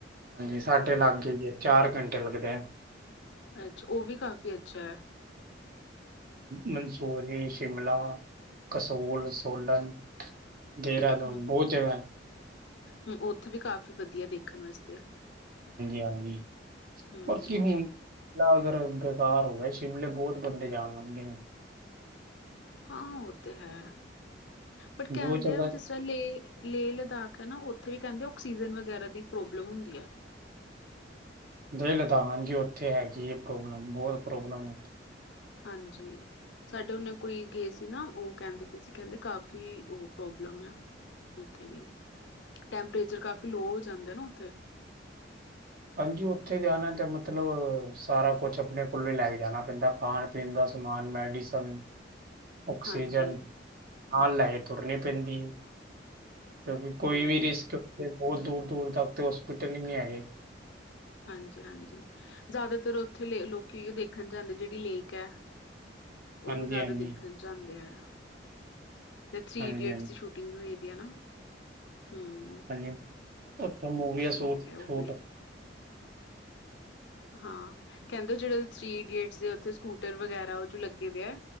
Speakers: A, on the right; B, on the left.
A: ਹਾਂਜੀ ਸਾਡੇ ਲਾਗੇ ਜੇ ਚਾਰ ਘੰਟੇ ਲੱਗਦੇ ਆ।
B: ਅੱਛਾ ਓ ਵੀ ਕਾਫੀ ਅੱਛਾ ਐ।
A: ਮੰਨਸੂਰੀ, ਸ਼ਿਮਲਾ, ਕਸੋਲ, ਸੋਲਨ ਦੇਹਰਾਦੂਨ
B: ਹੂੰ
A: ਬੋਤ ਜਗਾ
B: ਹੂੰ ਓਥੇ ਵੀ ਕਾਫ਼ੀ ਵਧੀਆ ਦੇਖਣ ਵਾਸਤੇ
A: ਹਾਂਜੀ-ਹਾਂਜੀ
B: ਹੂੰ
A: ਬਾਕੀ ਹੁਣ ਲਾ ਗਰ ਬੇਕਾਰ ਹੋ ਗਿਆ ਸ਼ਿਮਲੇ ਬੋਤ ਬੰਦੇ ਜਾਣ ਲਾਗੇ ਨੇ।
B: ਹਾਂ ਓ ਤੇ ਹੈ ਬਟ ਕਹਿੰਦੇ
A: ਜੋ ਜਗ੍ਹਾ
B: ਆ ਹੁਣ ਤੁ ਲੇਹ- ਲੇਹ ਲਦਾਖ ਐ ਨਾ ਓਥੇ ਵੀ ਕਹਿੰਦੇ ਆਕਸੀਜਨ ਵਗੈਰਾ ਦੀ ਪ੍ਰੋਬਲਮ ਹੁੰਦੀ ਐ।
A: ਲੇਹ ਲਦਾਖ ਹਾਂਜੀ ਜੀ ਓਥੇ ਹੈਗੀ ਏ ਪ੍ਰੋਬਲਮ ਬੋਤ ਪ੍ਰੋਬਲਮ
B: ਹਾਂਜੀ ਸਾਡੇ ਓਨੇ ਕੋਈ ਗਏ ਸੀ ਨਾ ਓ ਕਹਿੰਦੇ ਪੇ ਸੀ ਕਹਿੰਦੇ ਕਾਫੀ ਓ ਪ੍ਰੋਬਲਮ ਐ। ਉੱਥੇ ਵੀ ਟੈਂਪਰੇਚਰ ਕਾਫ਼ੀ ਲੋਅ ਹੋ ਜਾਂਦੈ ਨਾ ਓਥੇ
A: ਹਾਂਜੀ ਓਥੇ ਜਾਣਾ ਤੇ ਮਤਲਬ ਸਾਰਾ ਕੁੱਛ ਅਪਣੇ ਕੋਲੋਂ ਹੀ ਲੈ ਕੇ ਜਾਣਾ ਪੈਂਦਾ ਖਾਣ ਪੀਣ ਦਾ ਸਮਾਨ ਮੈਡੀਸਨ, ਆਕਸੀਜਨ
B: ਹਾਂਜੀ
A: ਨਾਲ ਲੈ ਕੇ ਤੁਰਨੀ ਪੈਂਦੀ ਏ ਕਿਉਂਕਿ ਕੋਈ
B: ਹੂੰ
A: ਵੀ ਰਿਸਕ ਤੇ ਬੋਤ ਦੂਰ-ਦੂਰ ਤੱਕ ਤੇ ਹੋਸਪਿਟਲ ਈ ਨੀ ਹੈਗੇ।
B: ਹਾਂਜੀ-ਹਾਂਜੀ ਜਿਆਦਾਤਰ ਓਥੇ ਲੇ ਲੋਕ ਦੇਖਣ ਜਾਂਦੇ ਜਿਹੜੀ ਲੇਕ ਐ।
A: ਹਾਂਜੀ
B: ਓਨੂੰ ਜਿਆਦਾ
A: ਹਾਂਜੀ
B: ਦੇਖਣ ਜਾਂਦੇ ਐ ਤੇ ਥ੍ਰਰੀ
A: ਹਾਂਜੀ
B: ਈਡੀਅਟਸ
A: ਹਾਂਜੀ
B: ਦੀ ਸ਼ੂ ਟਿੰਗ ਹੋਈ ਦੀਆ ਨਾ ਹੂੰ।
A: ਹਾਂਜੀ ਓਥੇ ਮੂਵੀਆ
B: ਸਹੀ
A: ਸ਼ੂਟ-ਸ਼ੂਟ
B: ਹੈ ਉਹ ਵੀ ਹਾਂ ਕਹਿੰਦੇ ਜਿਹੜੇ ਥ੍ਰਰੀ ਇਡੀਅਟਸ ਦੇ ਉਥੇ ਸਕੂਟਰ ਵਗੈਰਾ ਓ ਜੋ ਲੱਗੇ ਦੇ ਐ।